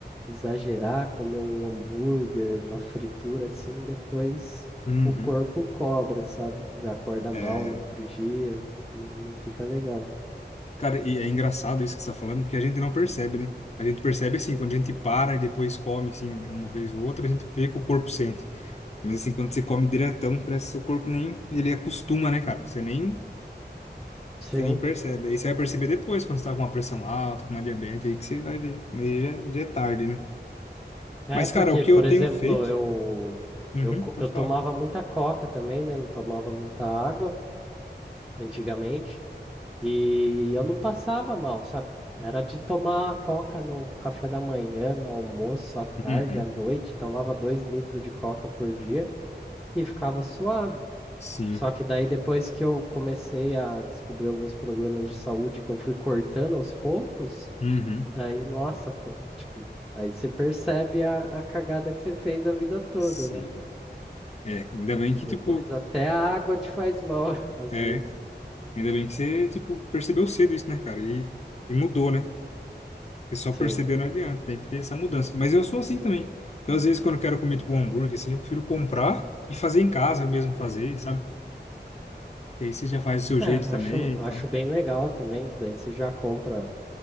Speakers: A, in the centre; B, on the left (about 35°).
A: exagerar, comer um hambúrguer, uma fritura assim, depois
B: uhum.
A: o corpo cobra, sabe? Já acorda
B: É,
A: mal no outro dia, não não fica legal.
B: Cara, e é engraçado isso que você tá falando, porque a gente não percebe, né? A gente percebe assim, quando a gente para e depois come, assim, uma vez ou outra, a gente vê que o corpo sente. Mas assim, quando você come diretão, parece que seu corpo nem, ele acostuma, né, cara? Você nem,
A: Sim.
B: você nem percebe. Aí você vai perceber depois, quando você tá com uma pressão alta, com uma diabetes, aí que você vai ver. Mas aí já, já é tarde, né?
A: É
B: Mas,
A: porque,
B: cara, o que
A: por
B: eu
A: exemplo,
B: tenho feito...
A: eu,
B: Uhum,
A: eu, co-
B: pode
A: eu tomava
B: falar.
A: muita coca também, né? Não tomava muita água antigamente. E eu não passava mal, sabe? Era de tomar coca no café da manhã, no almoço, à tarde,
B: Uhum,
A: à noite. Tomava dois litros de coca por dia. e ficava suave.
B: sim.
A: Só que daí depois que eu comecei a descobrir alguns problemas de saúde que eu fui cortando aos poucos,
B: Uhum,
A: daí, nossa, fa- tipo, aí você percebe a, a cagada que você fez a vida toda,
B: sim.
A: né?
B: É, ainda bem
A: Que
B: que,
A: depois
B: tipo,
A: até a água te faz mal, <laughs> às
B: é,
A: vezes.
B: ainda bem que você, tipo, percebeu cedo isso, né, cara? E, e mudou, né? E só
A: Sim.
B: perceber não adianta, tem que ter essa mudança. Mas eu sou assim também. Então, às vezes, quando eu quero comer tipo um hambúrguer, assim, eu prefiro comprar e fazer em casa, eu mesmo fazer, sabe? Que aí você já faz do seu
A: É,
B: jeito também
A: acho,
B: e
A: acho
B: tal.
A: bem legal também, que daí você já compra.